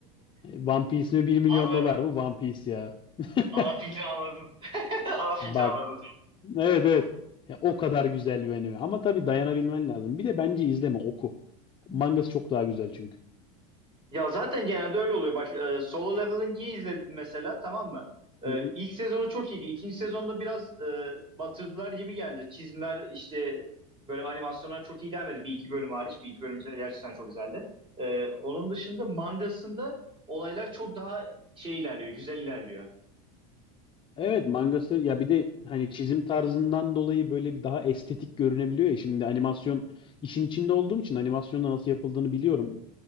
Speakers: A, on the left; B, on the right.
A: One Piece mi bir milyon
B: Anladım.
A: dolar mı One Piece ya. <laughs>
B: Ana fikri anladım. <laughs> Ana fikri
A: Bak
B: anladım.
A: evet evet Ya, o kadar güzel bir anime ama tabii dayanabilmen lazım. Bir de bence izleme oku. Mangası çok daha güzel çünkü.
B: Ya zaten genelde öyle oluyor. Bak e, Solo Leveling'i izledim mesela tamam mı? E,
A: Hı hı.
B: ilk sezonu çok iyiydi. İkinci sezonda biraz e, batırdılar gibi geldi. Çizimler işte böyle animasyonlar çok iyi gelmedi. Bir iki bölüm hariç. Bir iki bölüm gerçekten çok güzeldi. E, onun dışında mangasında olaylar çok daha şey ilerliyor. Güzel ilerliyor.
A: Evet mangası ya bir de hani çizim tarzından dolayı böyle bir daha estetik görünebiliyor ya. Şimdi animasyon işin içinde olduğum için animasyonda nasıl yapıldığını biliyorum.